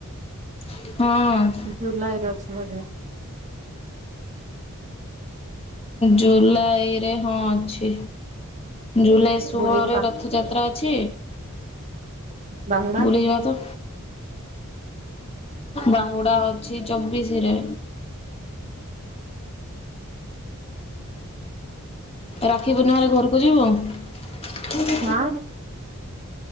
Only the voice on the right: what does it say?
ଜୁଲାଇରେ ଅଛି ବୋଧେ।
ବୁଲିଯିବା
ବାହୁଡା
ହଁ।